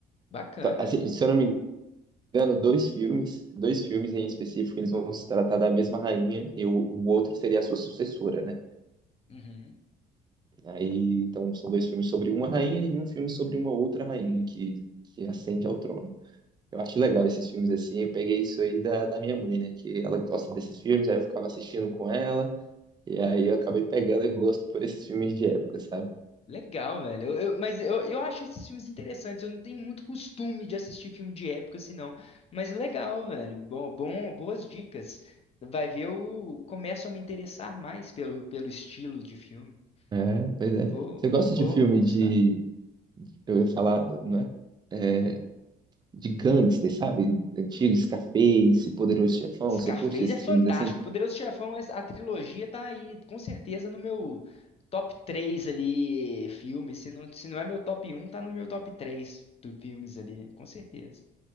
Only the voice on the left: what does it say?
Bacana.
Uhum.
Legal, velho. Eu, eu- mas eu, eu acho esses filmes interessantes. Eu não tenho muito costume de assistir filme de época, assim, não. Mas legal, velho. Bom, bom, boas dicas. Vai ver, eu começo a me interessar mais pelo, pelo estilo de filme.
Vou,
vou,
vou,
vou buscar.
Scarface
é fantástico.
Poderoso Chefão, essa- a trilogia tá aí, com certeza, no meu top 3 ali, filmes. Se não, se não é meu top um tá no meu top 3 do filmes ali, com certeza.